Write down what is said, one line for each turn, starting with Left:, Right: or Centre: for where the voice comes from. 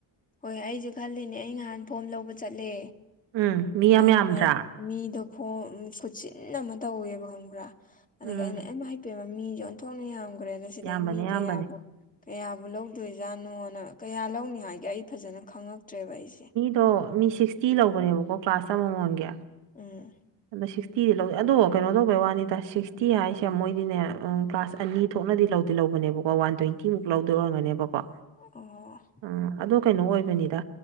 Left: ꯍꯣꯏ ꯑꯩꯖꯨ ꯈꯜꯂꯤꯅꯦ ꯑꯩ ꯉꯍꯥꯟ ꯐꯣꯝ ꯂꯧꯕ ꯆꯠꯂꯦ
Right: ꯎꯝ ꯃꯤ ꯌꯥꯝ
Left: ꯑꯗꯨꯅꯦ
Right: ꯌꯥꯝꯗ꯭ꯔꯥ
Left: ꯃꯤꯗꯣ ꯈꯣꯡ ꯈꯨꯠꯁꯆꯟ ꯑꯃ ꯇꯧꯋꯦꯕ ꯈꯪꯕ꯭ꯔꯥ ꯑꯗꯒꯤ
Right: ꯎꯝ
Left: ꯑꯩꯅ ꯑꯃꯥꯏꯄꯦꯃ ꯃꯤꯖꯦ ꯑꯣꯟꯊꯣꯛꯅ ꯌꯥꯝꯒ꯭ꯔꯦꯗ ꯁꯤꯗꯒꯤ
Right: ꯌꯥꯝꯕꯅꯦ
Left: ꯃꯤ ꯀꯌꯥꯕꯨ
Right: ꯌꯥꯝꯕꯅꯦ
Left: ꯀꯌꯥꯕꯨ ꯂꯧꯗꯣꯏꯖꯥꯠꯅꯣꯅ ꯀꯌꯥ ꯂꯧꯅꯤ ꯍꯥꯏꯒꯦ ꯑꯩ ꯐꯖꯅ ꯈꯪꯉꯛꯇ꯭ꯔꯦꯕ ꯑꯩꯖꯦ
Right: ꯑꯣ ꯃꯤ ꯁꯤꯛꯁꯇꯤ ꯂꯧꯕꯅꯦꯕꯀꯣ ꯀ꯭ꯂꯥꯁꯇ ꯑꯃꯃꯝꯒꯤ
Left: ꯎꯝ
Right: ꯑꯗꯣ ꯁꯤꯛꯁꯇꯤꯗꯤ ꯂꯧꯗꯦ ꯑꯗꯣ ꯀꯩꯅꯣ ꯇꯧꯕꯩ ꯋꯥꯅꯤꯗ ꯁꯤꯛꯁꯇꯤ ꯍꯥꯏꯁꯦ ꯃꯣꯏꯗꯤꯅꯦ ꯀ꯭ꯂꯥꯁ ꯑꯅꯤ ꯊꯣꯛꯅꯗꯤ ꯂꯧꯗꯤ ꯂꯧꯕꯅꯦꯕꯀꯣ ꯋꯥꯟ ꯇ꯭ꯋꯦꯟꯇꯤꯃꯨꯛ ꯂꯧꯗ ꯑꯣꯏꯔꯒꯅꯦꯕꯀꯣ
Left: ꯑꯣ
Right: ꯎꯝ ꯑꯗꯣ ꯀꯩꯅꯣ ꯑꯣꯏꯕꯅꯤꯗ